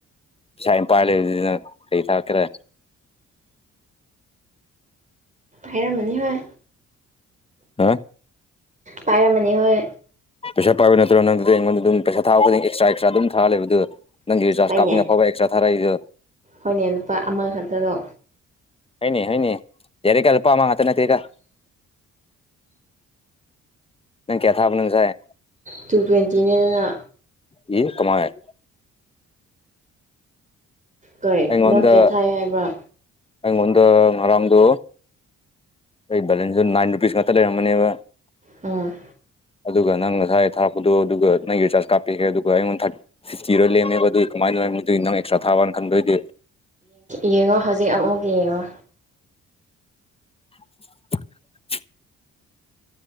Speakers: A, on the left; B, on the right.
A: ꯄꯩꯁꯥ ꯌꯥꯝ ꯄꯥꯢ ꯂꯩꯔꯗꯨꯗ ꯀꯩ ꯑꯃꯨꯛ ꯊꯥꯔꯛꯒꯦꯔ
B: ꯍꯥꯏꯔꯝꯃꯅꯤ ꯍꯣꯏ
A: ꯍꯥꯥ
B: ꯄꯥꯏꯔꯝꯃꯅꯤ ꯍꯣꯢ
A: ꯄꯩꯁꯥꯥ ꯄꯥꯢꯕ ꯅꯠꯇ꯭ꯔꯣ ꯅꯪꯗꯤ ꯑꯩꯉꯣꯟꯗ ꯑꯗꯨꯝ ꯄꯩꯁꯥ ꯊꯥꯔꯗꯤ ꯑꯦꯁ꯭ꯇꯔ ꯑꯦꯁ꯭ꯇꯔ ꯑꯗꯨꯝ ꯊꯥꯔ ꯂꯩꯕꯗꯨ ꯅꯪꯒꯤ ꯔꯤꯆꯥꯔ
B: ꯍꯣꯏꯅꯦ
A: ꯀꯥꯞꯅꯐꯥꯎ ꯑꯦꯛꯇꯁ꯭ꯔ ꯊꯥꯔꯛꯢꯗꯣ
B: ꯍꯣꯏꯅꯦ ꯂꯨꯄꯥ ꯑꯃ ꯈꯛꯇꯗꯣ
A: ꯍꯣꯢꯅꯦ ꯍꯣꯢꯅꯦ ꯌꯥꯔꯦꯒꯣ ꯂꯨꯄꯥ ꯑꯃꯉꯥ ꯈꯥꯛꯇ ꯅꯠꯇꯦꯗ ꯅꯪ ꯀꯌꯥ ꯊꯕꯅꯣ ꯅꯪ ꯉꯁꯥꯢ
B: ꯇꯨ ꯇ꯭ꯋꯦꯟꯇꯤꯅꯗꯅ
A: ꯌꯦ ꯀꯃꯥꯏ
B: ꯀꯩ
A: ꯑꯩꯉꯣꯟꯗ
B: ꯅꯪ ꯀ꯭ꯌꯥ ꯊꯥꯏ ꯍꯥꯏꯕ꯭ꯔꯥ
A: ꯑꯩꯉꯣꯟꯗ ꯉꯔꯥꯡꯗꯣ ꯑꯩ ꯕꯦꯂꯦꯟꯁꯇꯣ ꯅꯥꯏꯟ ꯔꯨꯄꯤꯁ ꯉꯥꯛꯇ ꯂꯩꯔꯝꯒꯅꯦꯕ
B: ꯎꯝ
A: ꯑꯗꯨꯒ ꯅꯪ ꯉꯁꯥꯏ ꯊꯥꯔꯛꯄꯗꯣ ꯑꯗꯨꯒ ꯅꯪ ꯔꯤꯆꯥꯔꯖ ꯀꯥꯞꯄꯤꯒ꯭ꯔꯦ ꯑꯗꯨꯒ ꯑꯩꯉꯣꯟꯗꯥ ꯐꯤꯐꯇꯤꯔ ꯂꯦꯝꯃꯦꯕ ꯑꯗꯨꯒꯤ ꯀꯃꯥꯏꯅ ꯑꯗꯨꯒꯤ ꯅꯪ ꯑꯦꯛꯁꯇ꯭ꯔꯥ ꯊꯥꯕꯅ ꯈꯟꯗꯣꯏꯗꯤ
B: ꯌꯦꯡꯉꯣ ꯍꯧꯖꯤꯛ ꯑꯃꯨꯛ ꯌꯦꯡꯉꯣ
A: <inaudible>